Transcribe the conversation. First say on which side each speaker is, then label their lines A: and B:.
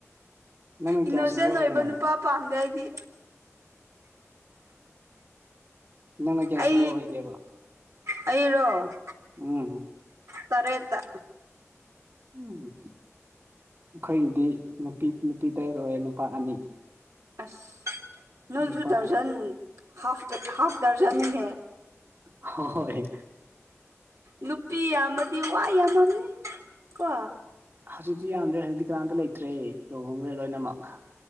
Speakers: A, on the right (about 45°); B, on the right (about 70°).
A: ꯅꯪꯅ
B: ꯏꯅꯣꯁꯦꯟ
A: ꯀꯌꯥ ꯁꯨꯕ ꯑꯣꯏꯔꯤꯅꯣ
B: ꯅꯣꯏꯕ ꯅꯨꯄꯥ ꯄꯥꯝꯗꯦ ꯍꯥꯏꯗꯤ
A: ꯅꯪꯅ ꯀꯌꯥ
B: ꯑꯩ
A: ꯁꯨꯕ ꯑꯣꯏꯒꯦꯕ
B: ꯑꯩꯔꯣ
A: ꯎꯝꯝ
B: ꯇꯔꯦꯠꯇ
A: ꯎꯝ ꯑꯩꯈꯣꯏꯒꯤꯗꯤ ꯅꯨꯄꯤ ꯅꯨꯄꯤ ꯇꯔꯦꯠ ꯑꯣꯏꯌꯦ ꯅꯨꯄꯥ ꯑꯅꯤ
B: ꯑꯁ ꯅꯣꯏꯁꯨ
A: ꯅꯨꯄꯥ
B: ꯗꯔꯖꯟ ꯍꯥ ꯍꯥꯐ ꯗꯔꯖꯟꯅꯦ
A: ꯍꯣꯏ
B: ꯅꯨꯄꯤ ꯌꯥꯝꯃꯗꯤ ꯋꯥ ꯌꯥꯝꯃꯝꯅꯤ ꯀꯣ
A: ꯍꯧꯖꯤꯛꯇꯤ ꯌꯥꯝꯗ꯭ꯔꯦ ꯍꯧꯖꯤꯛꯇꯤ ꯀꯅꯥꯝꯇ ꯂꯩꯇ꯭ꯔꯦ ꯂꯨꯍꯣꯡꯈ꯭ꯔꯦ ꯂꯣꯏꯅꯃꯛ